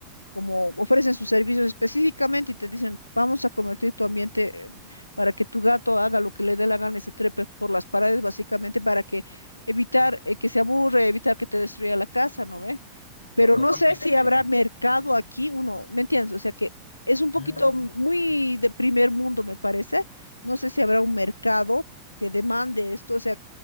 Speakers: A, on the left; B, on the left.
A: como ofrecen sus servicios específicamente y te dicen, vamos a convertir tu ambiente eh, para que tu gato haga lo que le dé la gana y se trepe por las paredes, básicamente para que evitar eh, que se aburre, evitar que te destruya la casa, ¿no ve? pero
B: Lo, lo
A: no
B: típico
A: sé si
B: de...
A: habrá mercado aquí, uno, ¿me entiendes? O sea que es un poquito
B: Ah,
A: muy de primer mundo, me parece. No sé si habrá un mercado que demande esto, o sea,